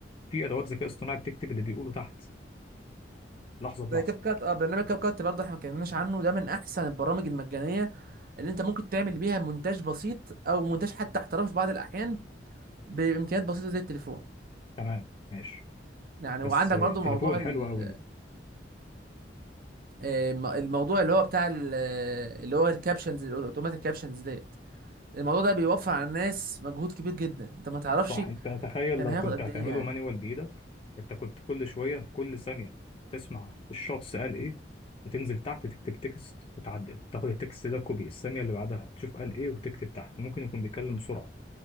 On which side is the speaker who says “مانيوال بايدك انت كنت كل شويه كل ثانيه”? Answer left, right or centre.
Left